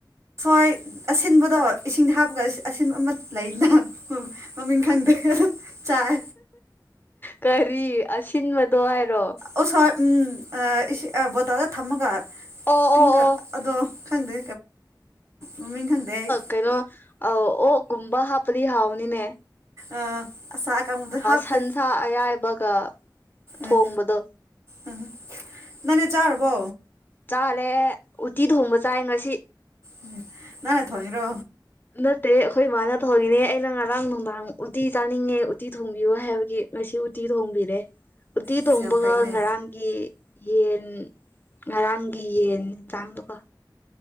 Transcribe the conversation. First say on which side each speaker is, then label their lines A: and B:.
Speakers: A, on the right; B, on the left.
A: ꯍꯣꯏ ꯑꯁꯤꯟꯕꯗꯣ ꯏꯁꯤꯡꯗ ꯍꯥꯞꯄꯒ ꯑꯁꯤꯟꯕ ꯑꯃ ꯂꯩꯅ ꯍꯣꯏ ꯃꯃꯤꯡ ꯈꯪꯗꯦ ꯑꯗꯣ ꯆꯥꯏ
B: ꯀꯔꯤ ꯑꯁꯤꯟꯕꯗꯣ ꯍꯥꯏꯔꯣ
A: ꯑꯣꯁꯋꯥꯏ ꯎꯝ ꯑ ꯏꯁꯤ ꯑ ꯕꯣꯇꯥꯟꯗ ꯊꯝꯃꯒ
B: ꯑꯣ
A: ꯇꯤꯡꯒ
B: ꯑꯣ ꯑꯣ
A: ꯑꯗꯣ ꯈꯪꯗꯦ ꯃꯃꯤꯡ ꯈꯪꯗꯦ ꯑꯩ
B: ꯀꯩꯩꯅꯣ ꯑꯧ ꯑꯣꯛꯀꯨꯝꯕ ꯍꯥꯞꯄꯗꯤ ꯍꯥꯎꯅꯤꯅꯦ
A: ꯑꯥ ꯑꯁꯥ ꯑꯀꯪꯕꯗꯣ ꯍꯥꯞꯇꯦ
B: ꯁꯟꯁꯥ ꯑꯌꯥꯏꯕꯒ ꯊꯣꯡꯕꯗꯣ
A: ꯑꯥ <unintelligible> ꯅꯪꯗꯤ ꯆꯥꯔꯕꯣ
B: ꯆꯥꯂꯦ ꯎꯠꯇꯤ ꯊꯣꯡꯕ ꯆꯥꯏ ꯉꯁꯤ
A: ꯎꯝ ꯅꯪꯅ ꯊꯣꯡꯉꯤꯔꯣ
B: ꯅꯠꯇꯦ ꯑꯩꯈꯣꯏ ꯃꯥꯅ ꯊꯣꯡꯉꯤꯅꯦ ꯑꯩꯅ ꯉꯔꯥꯡ ꯅꯨꯡꯗꯥꯡ ꯎꯇꯤ ꯆꯥꯅꯤꯡꯉꯦ ꯎꯇꯤ ꯊꯣꯡꯕꯤꯌꯨ ꯍꯥꯏꯕꯒꯤ ꯉꯁꯤ ꯎꯇꯤ ꯊꯣꯡꯕꯤꯔꯦ ꯎꯇꯤ
A: ꯑꯁ
B: ꯊꯣꯡꯕꯒ
A: ꯌꯥꯝ ꯐꯩꯅꯦ
B: ꯉꯔꯥꯡꯒꯤ ꯌꯦꯟ ꯉꯔꯥꯡꯒꯤ ꯌꯦꯟ ꯖꯥꯡꯗꯨꯒ